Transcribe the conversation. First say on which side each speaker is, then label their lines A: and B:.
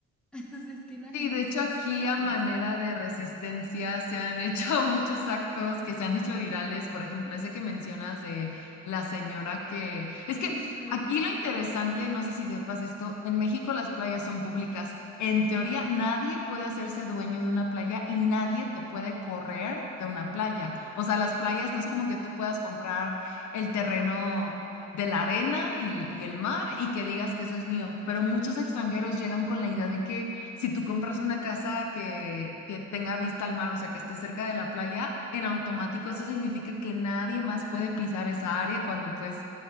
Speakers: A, in the centre; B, on the left (about 70°).
A: <laughs> O sea, es que la
B: Sí,
A: gente,
B: de hecho
A: son
B: aquí
A: cínicos.
B: a manera de resistencia se han hecho <laughs> muchos actos que se han hecho virales, por ejemplo, ese que mencionas de la señora que... Es que
A: <laughs> Uy, pero,
B: aquí lo interesante, no sé si sepas esto, en México las playas son públicas. En teoría nadie puede hacerse dueño de una playa y nadie te puede correr de una playa. O sea, las playas
A: claro.
B: no es como que tú puedas comprar el terreno de la arena y y el mar y que digas que eso es mío, pero muchos extranjeros llegan con la idea de que si tú compras una casa que, que tenga vista al mar, o sea, que esté cerca de la playa, en automático eso significa que nadie más puede pisar esa área cuando pues